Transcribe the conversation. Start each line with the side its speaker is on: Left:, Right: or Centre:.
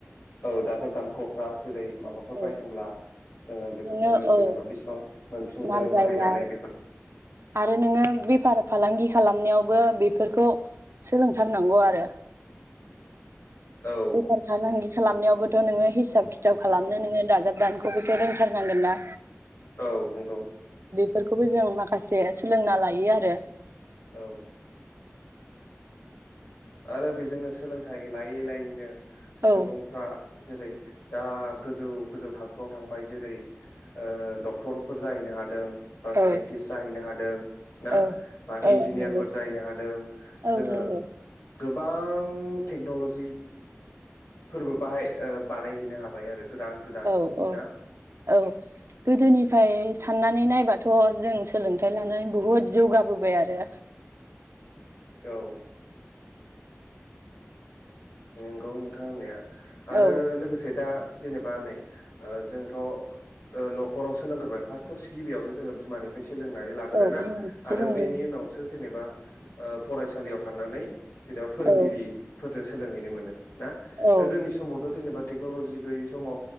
Left: औ दाजाब दानख'फ्रा जेरै माबाफोर
Right: औ
Left: बायदोंब्ला जोङो बेफोरखौनो
Right: नोङो
Left: जेनेबा
Right: औ
Left: बेसिबां मोनफिनगोन
Right: माल बायनाय
Left: बाहायनानै बे
Right: आरो नोङो बे बेफार-फालांगि खालामनायावबो बेफोरखौ सोलोंथारनांगौ आरो।
Left: औ
Right: बेफार फालांगि खालामनायावबो थ' नोङो हिसाब खिथाब खालामनो
Left: उम
Right: नोङो दाजाब दानखौबोथ' रोंथारनांगोन ना?
Left: औ नों गौ
Right: फोरखौबो जों माखासे सोलोंना लायो आरो।
Left: औ आरो बेजोंनो सोलोंथाइ लायै लायैनो सुबुंफ्रा
Right: औ
Left: जेरै जा गोजौ गोजौ थाखोआव थांबाय जेरै ओ डक्टरफोर जाहैनो हादों। बा
Right: औ
Left: साइन्टिस्ट जाहैनो हादों ना?
Right: औ औ
Left: इन्जिनियारफोर
Right: नंगौ
Left: जाहैनो हादों
Right: औ
Left: जोङो।
Right: नंगौ
Left: गोबां टेक्न'ल'जि फोरबो बाहाय ओ बानायहैनो हाबाय आरो गोदान गोदान
Right: औ औ
Left: ना
Right: औ गोदोनि फाय साननानै नायबाथ' जों सोलोंथायाइ लानानै बुहुद जौगाबोबाय आरो
Left: औ नंगौ नोंथां होननाया आरो
Right: औ
Left: लोगोसे दा जेनेबा नै ओ जोंथ' ओ न'खराव सोलोंग्रोबाय फार्स्टआव स गिबियावनो जोङो बिमानिफ्राय सो सोलोंनानै लागोरोना
Right: औ बिमा बिफासो
Left: आरो
Right: लोंग्रोयो
Left: बेनि उनावसो जेनेबा ओ फरायसालियाव थांनानै जेनेबा फोरोंगिरिफोरजों
Right: औ
Left: स सोलोंहैनो मोनो। ना
Right: औ
Left: गोदोनि समावथ' जेनेबा। टेक्न'ल'जि गैयै समाव